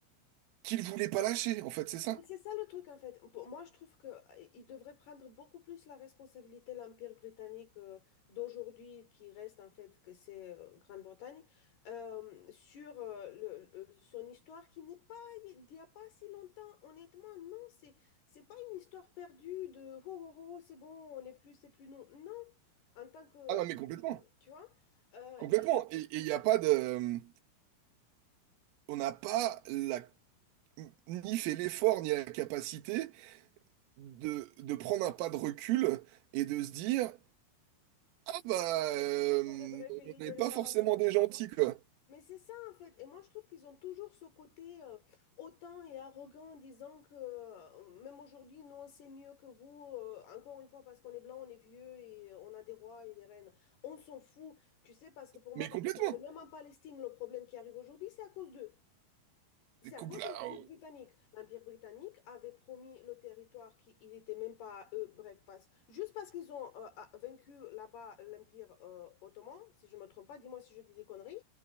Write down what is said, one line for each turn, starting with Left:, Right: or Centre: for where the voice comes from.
Right: qu'ils voulaient pas lâcher, en fait, c'est ça.
Left: Mais C'est ça le truc en fait. Pour moi, je trouve qu'il devrait prendre beaucoup plus la responsabilité, l'Empire britannique euh, d'aujourd'hui, qui reste en fait que c'est euh, Grande-Bretagne, euh, sur euh, le- le- son histoire qui n'est pas d'il n'y a pas si longtemps. Honnêtement, non, c'est c'est pas une histoire perdue de oh, oh, oh, c'est bon, on n'est plus, c'est plus non. Non, en tant que,
Right: Ah non, mais complètement.
Left: tu vois, euh,
Right: Complètement.
Left: et
Right: Et et il n'y a pas de... euh, On n'a pas la... ni fait l'effort, ni la capacité de, de prendre un pas de recul et de se dire, ah bah, euh,
Left: peut-être on devrait
Right: on
Left: payer des
Right: n'est
Left: réparations.
Right: pas forcément des gentils, quoi.
Left: Mais c'est ça en fait. Et moi je trouve qu'ils ont toujours ce côté euh, hautain et arrogant en disant que euh, même aujourd'hui, nous on sait mieux que vous. euh, encore une fois, parce qu'on est blanc, on est vieux et euh, on a des rois et des reines. On s'en fout. Tu sais, parce que pour
Right: Mais
Left: moi, par
Right: complètement.
Left: exemple, même en Palestine, le problème qui arrive aujourd'hui, c'est à cause d'eux. C'est à
Right: Compl-
Left: cause de
Right: ah,
Left: l'Empire britannique. L'Empire britannique avait promis le territoire qui il n'était même pas à eux. Bref, passe. Juste parce qu'ils ont euh, a- vaincu là-bas l'Empire euh, ottoman, si je ne me trompe pas, dis-moi si je dis des conneries.